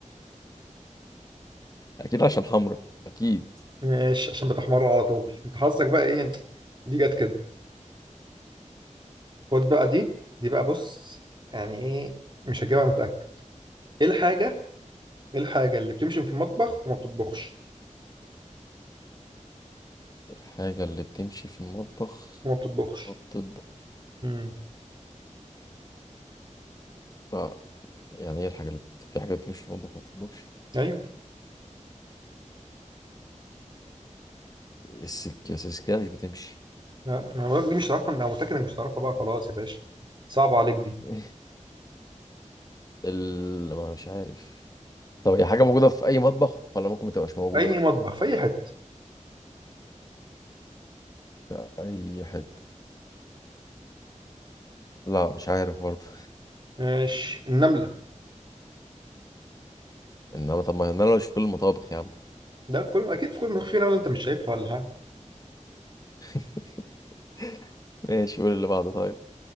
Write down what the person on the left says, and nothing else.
أكيد عشان حمرا أكيد
الحاجة اللي بتمشي في المطبخ
ما بتطبخ
لا يعني إيه الحاجة اللي في حاجة بتمشي في المطبخ ما بتطبخش
السكة بس السكة مش بتمشي
ايه ال... ما مش عارف طب هي حاجة موجودة في أي مطبخ ولا ممكن ما تبقاش موجودة
في أي حتة لا مش عارف برضه
إنما طب ما إن أنا مش في كل المطابخ يا عم
<laughs> ماشي قول اللي بعده طيب